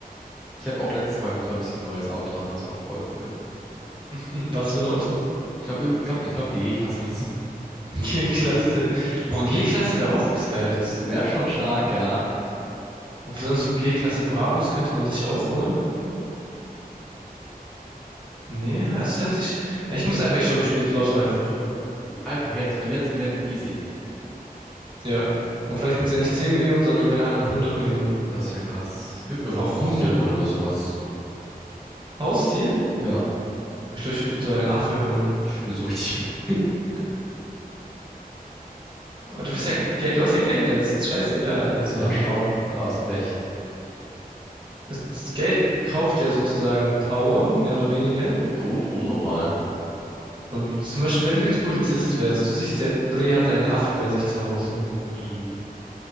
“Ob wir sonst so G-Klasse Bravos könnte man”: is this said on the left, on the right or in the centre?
Right